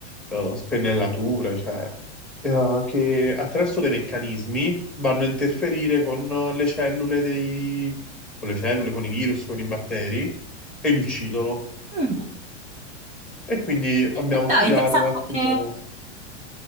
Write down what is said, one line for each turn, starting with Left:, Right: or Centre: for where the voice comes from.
Centre: eh, spennellature, cioè, eh, che attraverso dei meccanismi vanno a interferire con le cellule dei, con le cellule, con i virus, con i batteri e li uccidono.
Right: Mm.
Centre: E quindi abbiamo
Right: Eh,
Centre: studiato
Right: Dai, interessante.
Centre: un attimo.
Right: E